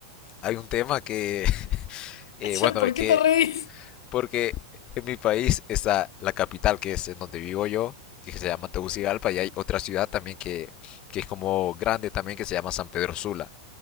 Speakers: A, on the left; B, on the left.
A: hay un tema que, <laughs> eh, bueno,
B: Ya, ¿Por
A: es
B: qué
A: que,
B: te reís?
A: porque en mi país está la capital que es en donde vivo yo, que se llama Tegucigalpa,
B: sí.
A: y hay otra ciudad también que, que es como grande también que se llama San Pedro Sula.